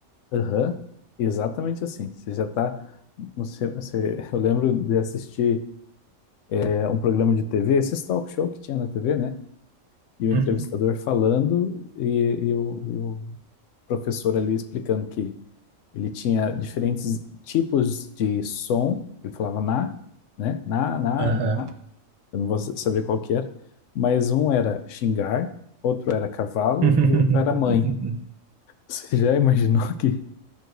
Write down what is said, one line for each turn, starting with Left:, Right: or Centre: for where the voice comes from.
Left: Aham. Exatamente assim. Você já tá. Você, você- <laughs> eu lembro de assistir é, um programa de TV, esses talk show que tinha na TV, né? e o entrevistador
Right: Uhum.
Left: falando e, e o, e o professor ali explicando que ele tinha diferentes tipos de som, ele falava na, né? Na, na,
Right: Aham.
Left: na, eu não vou saber qual que era, mas um era xingar, outro era cavalo
Right: <laughs>
Left: e outro era mãe. <laughs> Você já imaginou que,